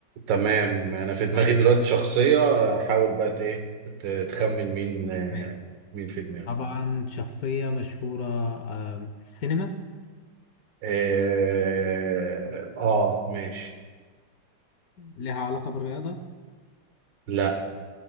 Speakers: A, on the right (about 80°); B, on the left (about 65°).
A: تمام انا في دماغي
B: طيب
A: دلوقتي شخصية حاول بقى ت- ايه ت- تخمن مين آه،
B: تمام
A: مين في دماغي
B: طبعا شخصية مشهورة آم، في السينما
A: اه, آه ماشي
B: ليها علاقة بالرياضة
A: لا